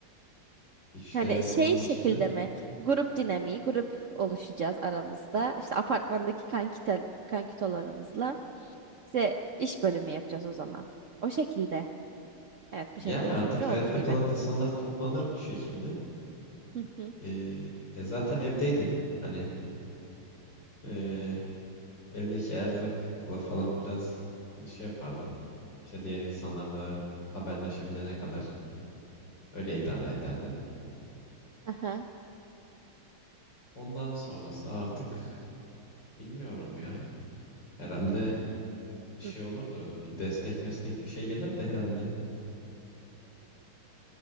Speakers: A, on the left; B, on the right.
A: işte
B: Hani
A: onun
B: şey
A: içinde.
B: şekilde mi? Grup dinamiği, grup oluşacağız aramızda. İşte apartmandaki kankitel, kankitolarımızla. İşte iş bölümü yapacağız o zaman. O şekilde. Evet
A: Yani
B: bu şekilde
A: artık
B: düşünce olur
A: hayatta
B: gibi.
A: kalan insanlar toplanır bir şekilde.
B: Hı hı.
A: E, e zaten evdeydin. Hani e, Evdeki erzakla falan biraz e, şey yapardın. İşte diğer insanlarla haberleşebilene kadar öyle idare ederdin.
B: Aha.
A: Ondan sonrası artık bilmiyorum ya. Herhalde şey
B: Hı.
A: olurdu. Bir destek meslek bir şey gelir de herhalde.